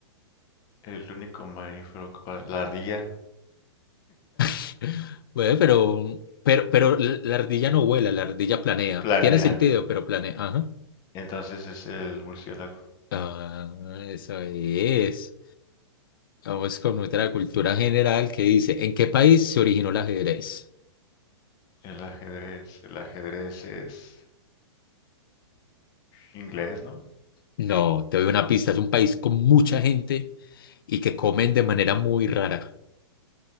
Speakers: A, on the left; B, on the left.
A: El único mamífero capaz. La ardilla
B: <laughs> Bueno, pero, pero, pero la la ardilla no vuela, la ardilla planea.
A: planea.
B: Tiene sentido, pero planea. Ajá.
A: Entonces es el murciélago.
B: Ah, eso es. Vamos con otra cultura general que dice, ¿en qué país se originó el ajedrez?
A: El ajedrez. El ajedrez es inglés, ¿no?
B: No, te doy una pista. Es un país con mucha gente y que comen de manera muy rara.